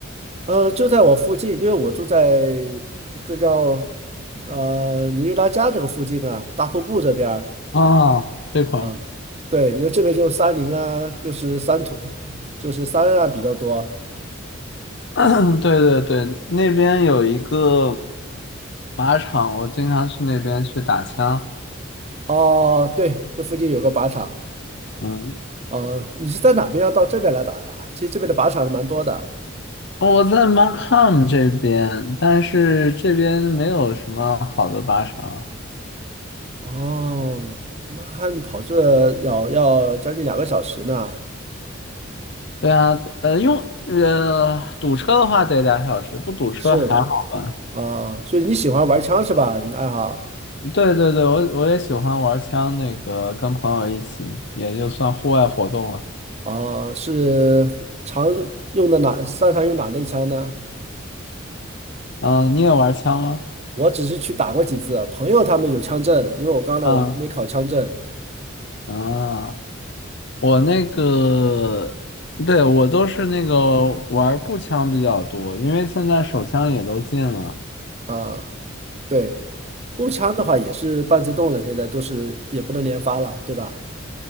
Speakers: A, on the right; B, on the left.
A: 呃，就在我附近，因为我住在这叫呃尼日拉加这个附近啊，大瀑布这边儿
B: 啊，这块儿，
A: 啊，对，因为这边就是山林啊，就是山土，就是山啊比较多。
B: <clears throat> 对对对，那边有一个靶场，我经常去那边去打枪。
A: 哦，对，这附近有个靶场。
B: 嗯。
A: 呃，你是在哪边要到这边来打呀？其实这边的靶场是蛮多的。
B: 哦我在 m a r a m 这边，但是这边没有什么好的巴士啊。
A: 哦，那还你跑这要要将近两个小时呢。
B: 对啊，呃，用呃堵车的话得俩小时，不堵车还好吧？
A: 是啊，所以你喜欢玩枪是吧？你的爱好。
B: 对对对，我我也喜欢玩枪，那个跟朋友一起，也就算户外活动了。
A: 哦，是常用的哪，擅长用哪类枪呢？
B: 嗯，你也玩枪吗？
A: 我只是去打过几次，朋友他们有枪证，因为我刚来我还没考枪证
B: 嗯啊，我那个，对，我都是那个玩步枪比较多，因为现在手枪也都禁了，
A: 啊。对，步枪的话也是半自动了，现在都是也不能连发了，对吧？